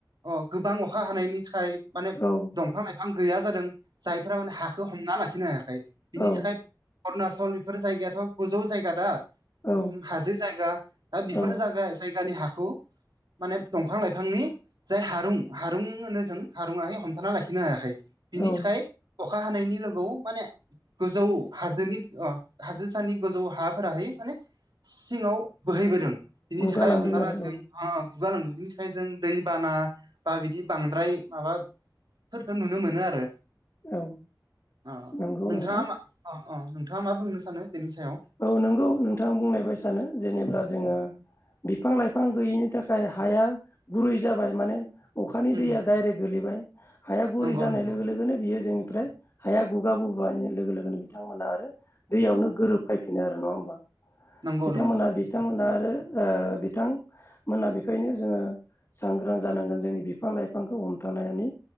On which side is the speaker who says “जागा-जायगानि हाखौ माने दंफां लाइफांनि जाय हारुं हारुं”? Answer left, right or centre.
Right